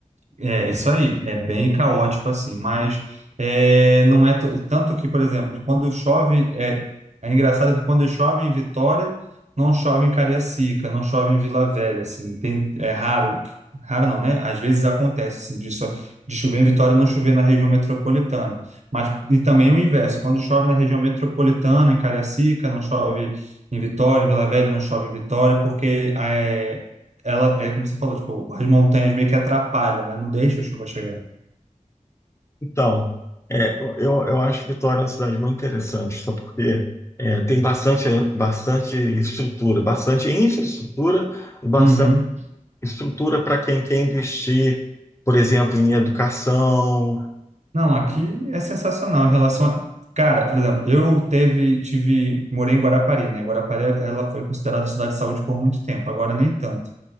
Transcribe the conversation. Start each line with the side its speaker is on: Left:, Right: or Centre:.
Right: É, isso aí, é bem caótico assim, mas é, não é t- tanto que, por exemplo, quando chove, é, é engraçado que quando chove em Vitória, não chove em Cariacica, não chove em Vila Velha, assim, tem, é raro, raro não, né? Às vezes acontece, assim, de, só- de chover em Vitória, não chover na região metropolitana, mas, e também o inverso, quando chove na região metropolitana, em Cariacica, não chove em Vitória, em Vila Velha, não chove em Vitória, porque eh, ela é como você falou, tipo, as montanhas meio que atrapalham, né? Não deixa a chuva chegar.
Left: Então, é, eu, eu acho Vitória uma cidade muito interessante, só porque é, tem bastante, bastante estrutura, bastante infraestrutura e bastante
Right: Uhum.
Left: estrutura para quem quer investir, por exemplo, em educação.
Right: Não, aqui é sensacional em relação a... Cara, por exemplo, eu teve, tive, morei em Guarapari, né? Guarapari, ela foi considerada cidade de saúde por muito tempo, agora nem tanto.